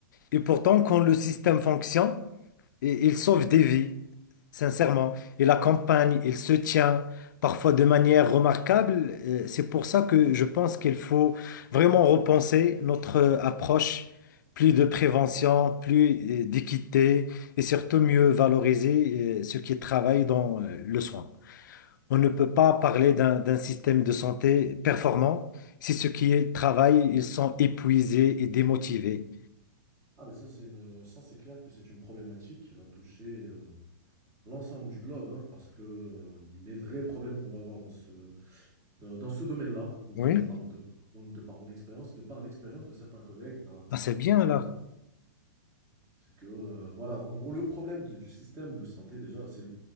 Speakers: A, on the left (about 65°); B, on the right (about 25°).
A: Et pourtant, quand le système fonctionne, et il sauve des vies, sincèrement. Il accompagne, il se tient, parfois de manière remarquable. Euh, C'est pour ça que je pense qu'il faut vraiment repenser notre euh, approche, plus de prévention, plus euh, d'équité et surtout mieux valoriser euh, ceux qui travaillent dans euh, le soin. On ne peut pas parler d'un d'un système de santé performant si ceux qui y travaillent, ils sont épuisés et démotivés.
B: Ah, mais ça, c'est une, ça, c'est clair que c'est une problématique qui va toucher euh, l'ensemble du globe, hein, parce que euh, les vrais problèmes qu'on va avoir dans ce, dans, dans ce domaine-là, donc
A: Oui,
B: déjà, je parle de, mon- de par mon expérience, et de par l'expérience de certains collègues bah, dans
A: ah,
B: d'autres
A: c'est bien
B: régions,
A: alors.
B: C'est que, euh, voilà, en gros, le problème du, du système de santé, déjà, c'est le-